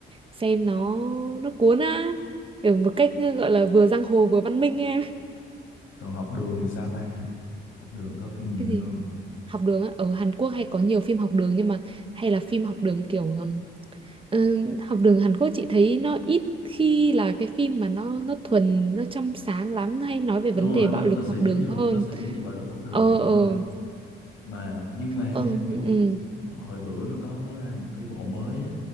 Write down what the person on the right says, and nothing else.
xem nó nó cuốn á kiểu một cách gọi là vừa giang hồ vừa văn minh em
cái
gì học đường á ở Hàn Quốc hay có nhiều phim học đường nhưng mà hay là phim học đường kiểu Ờ, học đường Hàn Quốc chị thấy nó ít khi là cái phim mà nó nó thuần nó trong sáng lắm hay nói về
vấn
đề
bạo lực
học
đường
hơn
ờ ờ
còn
ừ,